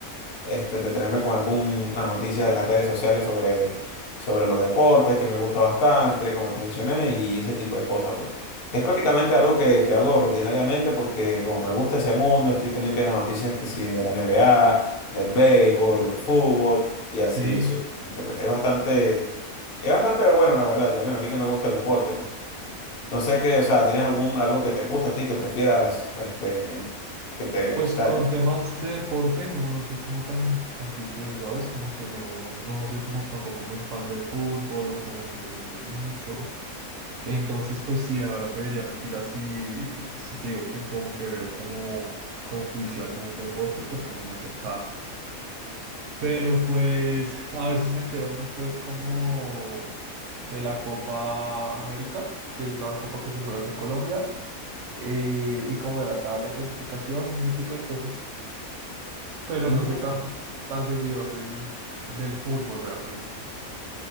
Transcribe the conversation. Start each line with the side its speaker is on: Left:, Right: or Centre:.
Left: este, detenerme con algunas noticias de las redes sociales sobre, sobre los deportes que me gusta bastante, como te mencioné, y ese tipo de cosas, pues. Es prácticamente algo que, que hago rutinariamente porque como me gusta ese mundo, estoy pendiente de las noticias que sí, de la NBA, del béisbol, del fútbol y así
Right: Sí,
Left: sucesivamente. Pues es bastante, es bastante bueno, la verdad. Ya, bueno, a mí que me gusta el deporte, pues. No sé qué, o sea, ¿tienes algún algo que te gusta a ti, que prefieras, este, que te,
Right: pues
Left: o sea,
Right: con
Left: que...
Right: temas de deporte no, no soy como tan, tan juicioso, ¿sabes? Como que no, no soy como tampoco muy fan del fútbol o como que me guste mucho. Entonces, pues sí, la verdad te diría mentira si, si te digo que como que veo como con juicio algún deporte porque no es el caso. Pero pues a veces me entero mucho es como de la Copa América, que es la copa que se juega aquí en Colombia, eh, y como de la tabla de clasificaciones y ese tipo de cosas. Pero
Left: Mm.
Right: no soy tan, tan seguidor del, del fútbol realmente.